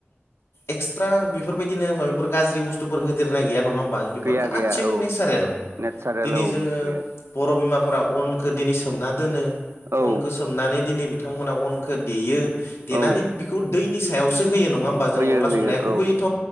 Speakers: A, on the left; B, on the right.
A: एक्सथारा बेफोरबायदिनो माबाफोर गाज्रि बुस्थुफोर होदेरनाय गैया नङा होमबा बेफोर
B: गैया
A: गासिबो
B: गैया औ
A: नेसारेल
B: नेचारेल
A: दिनै
B: औ
A: जोङो
B: मिथिंगायारि
A: बर' बिमाफोरा अनखौ दिनै सोमना दोनो
B: औ
A: अनखौ सो सोमनानै दिनै बिथांमोना अनखौ देयो देनानै
B: औ
A: बेखौ दैनि सायावसो होयो नङा होमबा जों
B: होयो
A: अनला संनाया
B: होयो
A: गुबैयैथ'
B: औ